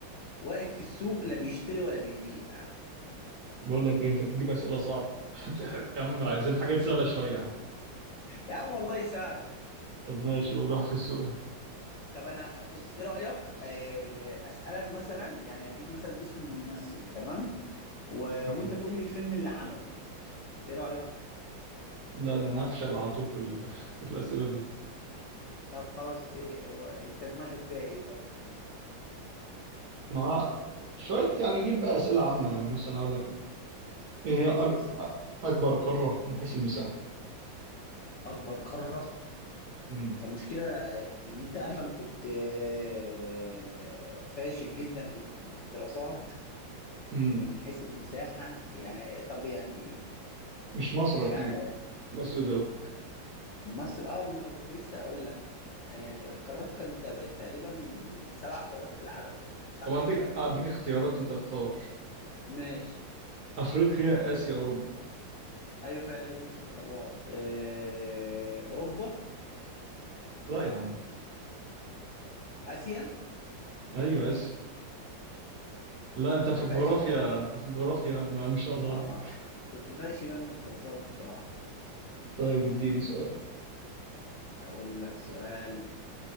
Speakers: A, on the left; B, on the right.
A: واقف في السوق لا بيشتري ولا بيبيع
B: بقول لك ايه انت تجيب اسئله صعبه <laughs> يا عم عايزين حاجات سهله شويه يا عم
A: يا عم والله سهل
B: طب ماشي قول واحد في السؤال
A: طب انا بص ايه رايك آه، اسالك مثلا يعني اديك مثلا اسم ممثل تمام و...
B: امم
A: وانت تقول لي الفيلم اللي عمله ايه رايك
B: لا ده انا هفشل على طول في, ال... <laughs> في الاسئله دي
A: طب خلاص ايه و... انت دماغك فيها ايه طيب قول لي
B: مع شويه يعني جيب بقى اسئله عامه يعني مثلا اقول لك ايه إيه
A: ماشي
B: هي أك...
A: اسال
B: أ- اكبر قاره من حيث المساحه
A: اكبر قاره
B: امم
A: طب مشكلة ان انت عارف انا كنت آه، فاشل جدا في ال- في الدراسات
B: امم
A: من حيث المساحة يعني طب يعني
B: مش مصر
A: مش
B: اكيد
A: عارف
B: مصر دول
A: مصر اه من انا كنت لسه هقول لك آه، يعني القارات كانوا تق- تقريبا سبع قارات في العالم صح
B: طب اديك
A: كده ولا انا
B: اديك
A: غلطان
B: اختيارات انت تختار
A: ماشي
B: افريقيا اسيا اوروبا
A: ايوه فعلا هي دي القارات آه، اوروبا
B: لا يا عم
A: اسيا
B: ايوه اسيا
A: آه،
B: لا انت في
A: انا
B: الجغرافيا
A: فاشل
B: انت في الجغرافيا ما, ما شاء الله
A: اه
B: عليك
A: كنت فاشل انا في الدراسات بصراحة
B: طيب اديني سؤال
A: اقول لك سؤال